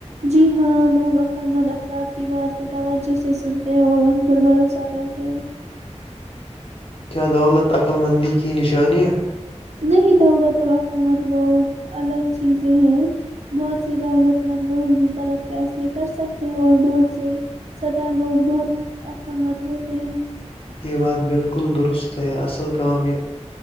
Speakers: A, on the right (about 70°); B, on the left (about 50°).
A: جی ہاں لوگ عق مند افراد کی بات کو توجہ سے سنتے ہیں اور ان پر بھروسہ کرتے ہیں
B: کیا دولت عقلمندی کی نشانی ہے
A: نہیں دولت اور عقل مند لوگ الگ چیزیں ہیں بہت سے دولت مند لوگ بھی غلط فیصلے کر سکتے ہیں اور بہت سے سدا لوگ بہت عقل مند ہوتے ہیں
B: یہ بات بالکل درست ہے اصل کام یہ